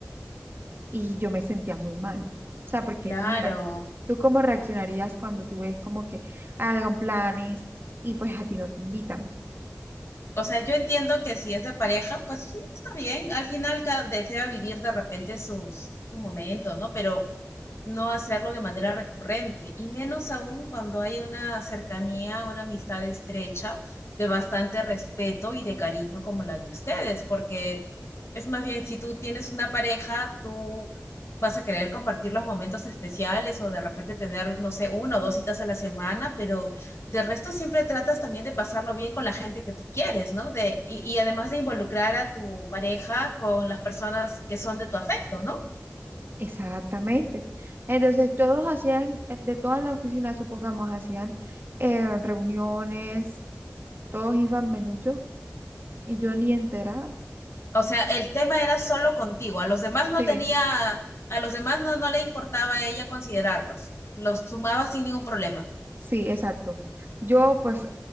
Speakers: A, on the right (about 45°); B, on the left (about 55°).
A: y yo me sentía muy mal. O sea, porque
B: claro.
A: mira, ¿tú cómo reaccionarías cuando tú ves como que hagan planes y pues a ti no te invitan?
B: O sea, yo entiendo que si es de pareja, pues sí, está bien. Al final cada desea vivir de repente sus, su momento, ¿no? Pero no hacerlo de manera recurrente. Y menos aún cuando hay una cercanía, una amistad estrecha, de bastante respeto y de cariño como la de ustedes. Porque es más bien, si tú tienes una pareja, tú vas a querer compartir los momentos especiales o de repente tener, no sé, uno o dos citas a la semana, pero de resto siempre tratas también de pasarlo bien con la gente que tú quieres, ¿no? De, y, y además de involucrar a tu pareja con las personas que son de tu afecto, ¿no?
A: Exactamente. Entonces, todos hacían, eh, de toda la oficina, supongamos, hacían eh, reuniones, todos iban menos yo y yo ni enterada.
B: O sea, el tema era solo contigo, a los demás no
A: Sí,
B: tenía, a los demás no, no le importaba a ella considerarlos, los sumaba sin ningún problema.
A: sí, exacto. Yo pues